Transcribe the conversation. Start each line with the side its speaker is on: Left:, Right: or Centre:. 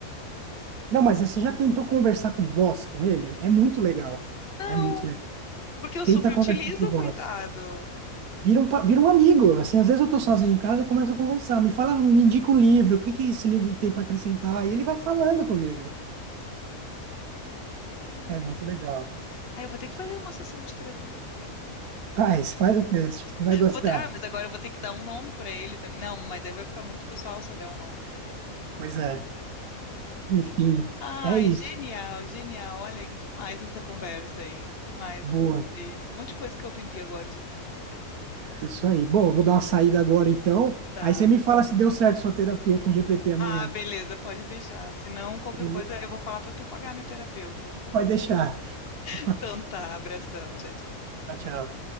Right: Não, mas você já tentou conversar com voz com ele? É muito legal.
Left: Não,
Right: É muito legal.
Left: porque eu
Right: Tenta
Left: subutilizo,
Right: conversar com voz.
Left: coitado.
Right: Vira um, pa- vira um amigo. Assim, às vezes eu tô sozinho em casa e começo a conversar. Me fala, me indica um livro. O que que esse livro tem para acrescentar? E ele vai falando comigo.
Left: Que loucura.
Right: É muito legal.
Left: Ah, eu vou ter que fazer uma sessão de terapia com ele.
Right: Faz, faz o teste. Você vai gostar.
Left: Vou ter- ah, mas agora eu vou ter que dar um nome para ele também. Não, mas aí vai ficar muito pessoal se eu der um nome para ele.
Right: Pois é. Enfim,
Left: Ai,
Right: é isso.
Left: genial, genial. Olha, que demais essa conversa, hein? Demais.
Right: Boa.
Left: ver. Um monte de coisa que eu aprendi agora sobre o GPT.
Right: É isso aí. Bom, eu vou dar uma saída agora então.
Left: Tá.
Right: Aí você me fala se deu certo sua terapia com GPT amanhã.
Left: Ah, beleza, pode deixar. Se não qualquer
Right: Beleza?
Left: coisa, eu vou falar pra tu pagar a minha terapeuta.
Right: Pode deixar. <laughs>
Left: Então tá, abração, tchau, tchau.
Right: Tchau, tchau.